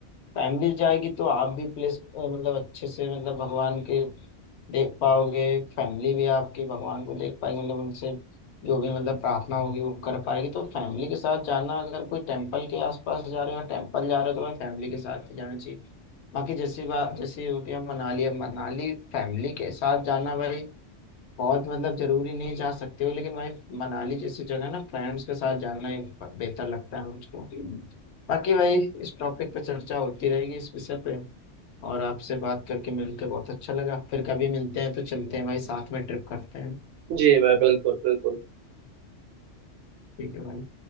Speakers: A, on the left; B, on the right.
A: फैमिली जाएगी तो आप भी प्लेस मतलब अच्छे से मतलब भगवान के देख पाओगे फैमिली भी आपकी भगवान को देख पाएगी मतलब उनसे जो भी मतलब प्रार्थना होगी वो कर पाएगी तो फैमिली के साथ जाना अगर कोई टेम्पल के आसपास जा रहे हो टेम्पल जा रहे हो तो भाई फैमिली के साथ ही जाना चाहिए बाकी जैसी बात जैसे हो गया मनाली अब मनाली फैमिली के साथ जाना भाई बहुत मतलब जरूरी नहीं जा सकते हो लेकिन भाई मनाली जैसी जगह ना फ्रेंड्स के साथ जाना ही बेहतर लगता है मुझको बाकी भाई इस टॉपिक पे चर्चा होती रहेगी इस विषय पे और आपसे बात करके मिलके बहुत अच्छा लगा फिर कभी मिलते हैं तो चलते हैं भाई साथ में ट्रिप करते हैं
B: जी भाई बिल्कुल बिल्कुल
A: ठीक है भाई